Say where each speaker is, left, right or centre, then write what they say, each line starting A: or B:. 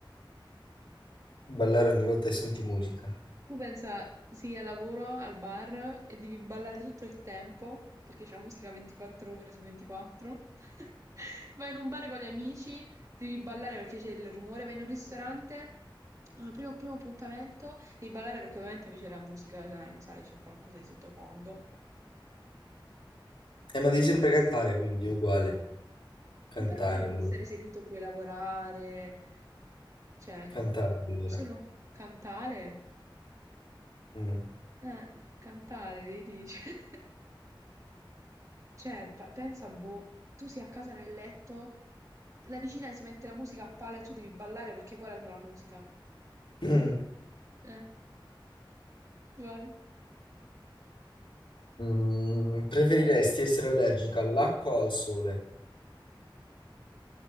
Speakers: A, on the left; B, on the right.
A: Ballare ogni volta che senti musica.
B: Tu pensa, sì, al lavoro, al bar e devi ballare tutto il tempo, perché c'è la musica 24 ore su 24. <laughs> Vai in un bar con gli amici, devi ballare perché c'è il rumore, vai in un ristorante, al primo, primo appuntamento, devi ballare perché ovviamente invece la musica, sai, sai, c'è qualcosa di sottofondo.
A: Eh, ma devi sempre cantare, quindi è uguale. Cantare
B: Però almeno
A: allora.
B: puoi stare seduto, puoi lavorare, cioè,
A: Cantare
B: capito?
A: allora.
B: Solo cantare?
A: Mm.
B: Eh, cantare, vedi? <laughs> Cioè, Cioè, pa- pensa, boh, tu sei a casa nel letto, la vicina si mette la musica a palla e tu devi ballare perché quella era la musica.
A: <clears throat>
B: Eh, <laughs> vai.
A: Mm. Mm, Preferiresti essere allergica all'acqua o al sole?